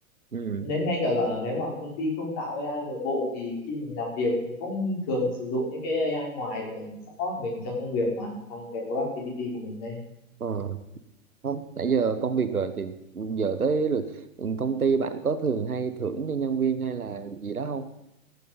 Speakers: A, on the right (about 85°); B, on the left (about 35°).
A: Ừ.
B: đến ngay cả là nếu mà công ty không tạo AI nội bộ thì khi mình làm việc mình cũng thường sử dụng những cái AI ngoài để support mình trong công việc mà tăng cái productivity của mình lên
A: Ờ. không nãy giờ công việc rồi thì giờ tới lượt ừ, công ty bạn có thường hay thưởng cho nhân viên hay là gì đó không